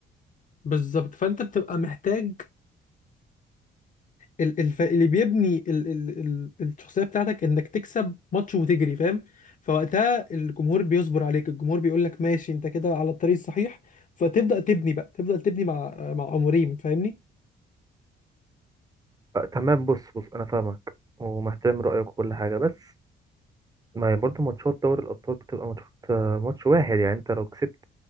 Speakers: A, on the left; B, on the right.
A: بالظبط فانت بتبقى محتاج ال- الف... اللي بيبني ال... ال... ال... الشخصيه بتاعتك انك تكسب ماتش وتجري فاهم فوقتها الجمهور بيصبر عليك الجمهور بيقول لك ماشي انت كده على الطريق الصحيح فتبدا تبني بقى تبدا تبني مع مع اموريم فاهمني
B: آه تمام بص بص أنا فاهمك ومحترم رأيك وكل حاجة بس ما هي برضه ماتشات دوري الأبطال بتبقى ماتشات آه، ماتش واحد يعني أنت لو كسبت